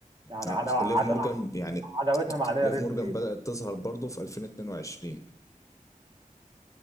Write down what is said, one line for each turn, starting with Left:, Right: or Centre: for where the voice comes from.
Right: يعني
Left: آه،
Right: عدا عدا
Left: ليف مورجان يعني
Right: عداوتها مع ريا
Left: ليف
Right: ريبلي
Left: مورجان بدات تظهر برضه في 2022